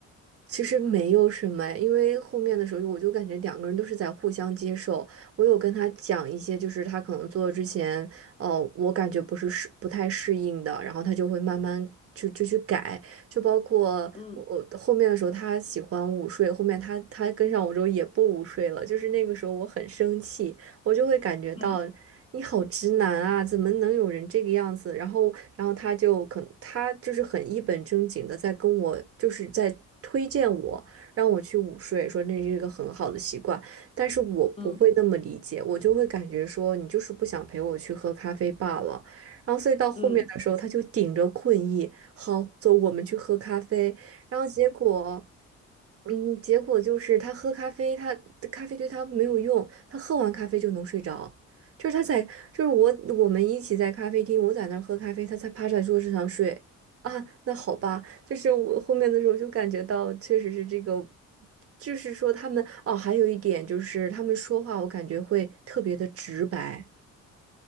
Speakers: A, on the right; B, on the left.
A: 其实没有什么哎因为后面的时候我就感觉两个人都是在互相接受。我有跟他讲一些，就是他可能做之前，哦，我感觉不是适不太适应的，然后他就会慢慢就就去改，就包括我我后面的时候，
B: 嗯
A: 他喜欢午睡，后面他他跟上我之后也不午睡了，就是那个时候我很生气，我就会感觉到你好直男啊，
B: 嗯
A: 怎么能有人这个样子？”然后，然后他就可他就是很一本正经的在跟我，就是在推荐我，让我去午睡，说那是一个很好的习惯。但是我不会那么理解，
B: 嗯
A: 我就会感觉说你就是不想陪我去喝咖啡罢了。然后所以到后面的时候，
B: 嗯，
A: 他就顶着困意，好，走，我们去喝咖啡。然后结果。嗯，结果就是他喝咖啡，他咖啡对他没有用，他喝完咖啡就能睡着。就是他在，就是我我们一起在咖啡厅，我在那儿喝咖啡，他才趴在桌子上睡。啊，那好吧，就是我后面的时候就感觉到，确实是这个，就是说他们哦，还有一点就是他们说话，我感觉会特别的直白。